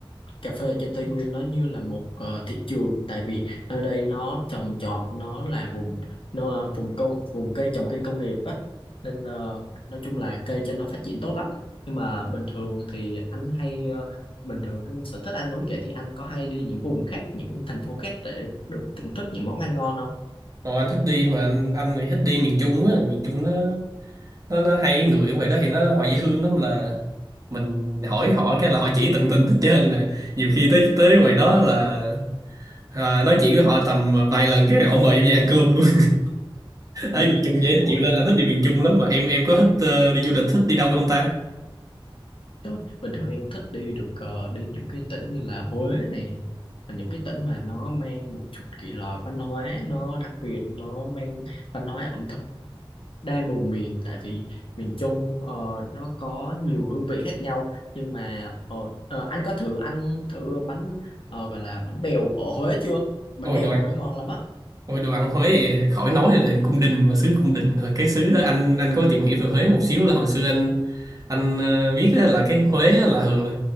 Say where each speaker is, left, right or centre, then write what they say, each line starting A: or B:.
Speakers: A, on the left; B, on the right.
A: cà phê ở trên Tây Nguyên nó như là một ờ, thị trường tại vì nơi đây nó trồng trọt nó là vùng nó là vùng công vùng cây trồng cây công nghiệp á nên ờ, nói chung là cây trên nó phát triển tốt lắm nhưng mà bình thường thì anh hay ờ, bình thường anh sở thích ăn uống vậy thì anh có hay đi những vùng khác những thành phố khác để được thưởng thức những món ăn ngon không
B: còn anh thích đi mà anh anh thì thích đi miền Trung á miền Trung nó nó nó hay người ở ngoài đó thì nó họ dễ thương lắm là mình hỏi họ cái là họ chỉ tận tình hết trơn rồi nhiều khi tới tới ngoài đó là à, nói chuyện với họ tầm vài lần cái họ mời em về ăn cơm luôn <laughs> ở
A: <laughs>
B: miền Trung dễ chịu
A: Ủa,
B: nên anh thích đi miền Trung lắm mà em em có thích ờ, đi du lịch thích đi đâu không ta
A: Trời, bình thường em thích đi được ờ, đi những cái tỉnh như là Huế này và những cái tỉnh mà nó mang một chút kỳ lạ văn hóa nó đặc biệt nó mang văn hóa ẩm thực đa vùng miền tại vì miền Trung ờ, nó có nhiều hương vị khác nhau nhưng mà ờ, ờ, anh có thử ăn thử bánh ờ, gọi là bánh bèo ở Huế chưa? Bánh
B: Ôi,
A: bèo
B: đồ
A: ở
B: ăn
A: Huế ngon lắm á
B: Ôi đồ ăn Huế thì khỏi nói rồi, là cung đình và xứ cung đình rồi cái xứ đó anh anh có tìm hiểu về Huế một xíu là hồi xưa anh anh ờ, biết á, là cái Huế á, là thường là